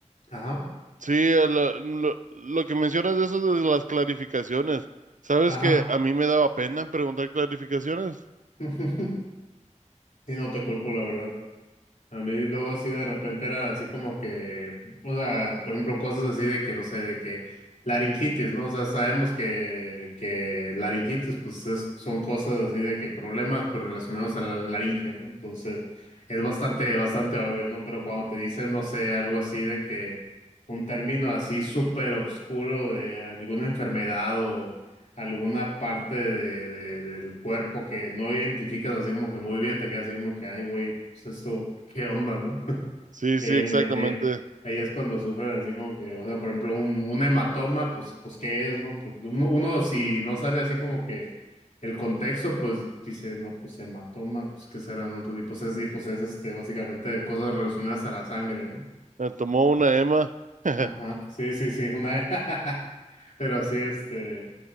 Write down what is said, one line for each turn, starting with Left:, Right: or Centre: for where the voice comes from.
Left: ajá,
Right: sí, a la- lo, lo que mencionas de eso de las clarificaciones. ¿Sabes
Left: ajá.
Right: que a mí me daba pena preguntar clarificaciones?
Left: <laughs> Y no te culpo, la verdad. A mí luego así de repente era así como que, o sea, por ejemplo, cosas así de que, no sé, de que laringitis, ¿no? O sea, sabemos que, que laringitis, pues es- son cosas así de que problemas, pero relacionados a la laringe, ¿no? Entonces, es bastante, bastante obvio, ¿no? Pero cuando te dicen, no sé, algo así de que un término así súper obscuro de alguna enfermedad alguna parte de, de- del cuerpo que no identificas así como que muy bien, te quedas así como que, ay, güey, pues esto, ¿qué onda, no? <laughs>
Right: Sí, sí,
Left: Y Ahí,
Right: exactamente.
Left: ahí, ahí- ahí es cuando sufren así como que, o sea, por ejemplo, un, un hematoma, pues, pues, ¿qué es, no? Pues, uno, uno si no sabe así como que el contexto, pues dice, no, pues hematoma, pues, ¿qué será, no? Pues, y pues es, y pues es este, básicamente cosas relacionadas a la sangre, ¿no?
Right: Me tomó una Emma. <laughs>
Left: Ajá, sí, sí, sí, una... <laughs> Pero sí, este...